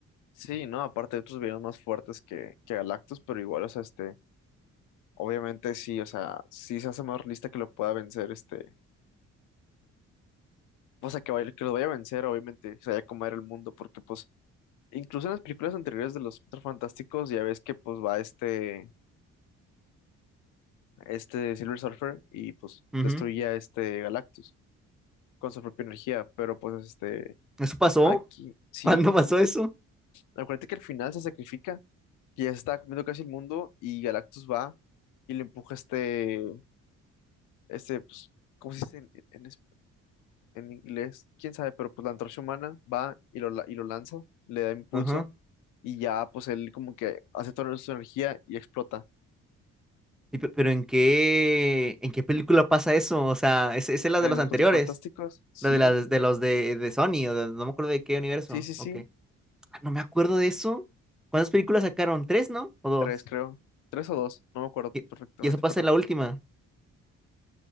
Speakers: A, on the left; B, in the centre.
A: Sí, ¿no? Aparte de otros villanos más fuertes que, que Galactus, pero igual, o sea, este, obviamente sí, o sea, sí se hace más realista que lo pueda vencer, este, o sea, que, vaya- que lo vaya a vencer, obviamente, se vaya a comer el mundo, porque pues Incluso en las películas anteriores de los Cuatro Fantásticos ya ves que pues va este, este Silver Surfer y pues
B: Ujú.
A: destruye a este Galactus con su propia energía, pero pues este,
B: ¿Eso pasó?
A: aquí
B: <laughs>
A: sí,
B: ¿Cuándo pasó eso?
A: acuérdate que al final se sacrifica, que ya se está comiendo casi el mundo y Galactus va y le empuja este, este pues, ¿cómo se dice en, en es- en inglés? ¿Quién sabe? Pero pues la antorcha humana va y lo, la- y lo lanza, le da impulso
B: Ajá.
A: y ya pues él como que hace toda su energía y explota
B: Y pe- pero ¿en qué, en qué película pasa eso? O sea, ¿es, esa es la
A: La
B: de
A: de
B: los
A: los
B: anteriores?
A: Cuatro Fantásticos, sí,
B: La de, las de los de, de Sony, o de- no me acuerdo de qué universo.
A: sí, sí, sí,
B: Ok. Ah, no me acuerdo de eso. ¿Cuántas películas sacaron? ¿Tres, no? ¿O dos?
A: tres creo, tres o dos, no me acuerdo
B: ¿Y,
A: perfectamente,
B: y eso pasa
A: pero,
B: en la última?